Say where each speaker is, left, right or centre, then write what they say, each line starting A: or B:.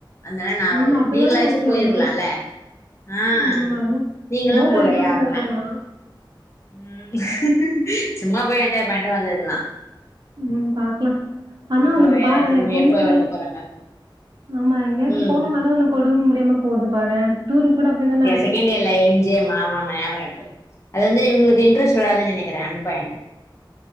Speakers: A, on the left; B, on the right.
A: அதனால நா வரல
B: ஆமா அப்டிதானே
A: நீங்களாச்சு
B: ஆச்சு
A: போய்ருக்கலால
B: உனக்கு
A: ஆ
B: ம் அதா
A: நீங்களு
B: போர்
A: போல
B: அடிக்குன்னு
A: யாருமே
B: நா
A: ம் சும்மா போய் என்ஜாய் பண்ணிட்டு வந்துர்க்கலா
B: ம் பாக்கலா ஆனா
A: இப்ப
B: உனக்கு
A: வேற
B: பாரே
A: திரும்பி
B: எப்பவுமே
A: எப்ப வைக்க போறாங்க
B: ஆமா எங்கோச்சு
A: ம்
B: போனும்னால ஒனக்கு ஒடம்பு முடியாம போது பாறே டூரு கூட அப்டிதான
A: தெரியவே இல்ல எம் ஜி எம் க்கு ஆமா ஆமா ஞாபகம் இருக்கு அது வந்து இவுங்களுக்கு இன்ட்ரெஸ்ட் வராதுன்னு நெனைக்கிறே அன்ப்ப என்ன